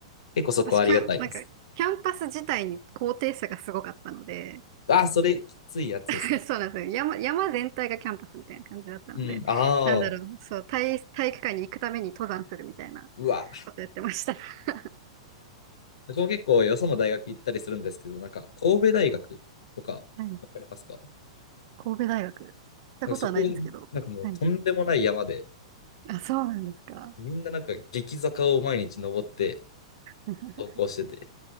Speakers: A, on the left; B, on the right.
A: 結構そこはありがたいです。
B: 私、キャン、なんか、キャンパス自体に高低差がすごかったので、
A: ああ、それきついやつですね。
B: <laughs> そうなんですよ。山、山全体がキャンパスみたいな感じだったので、
A: うん。ああ、
B: なんだろう、そう、体、体育館に行くために登山するみたいな
A: うわ。
B: ことやってました。<laughs>
A: 僕も結構よその大学行ったりするんですけど、なんか、神戸大学とか、わ
B: はい。
A: かりますか
B: 神戸大学。行ったことはないですけど。
A: なんかそこ、なんかもうとんでもない山で、
B: はい。あ、そうなんですか。
A: みんななんか激坂を毎日登って
B: <laughs>
A: 登校してて、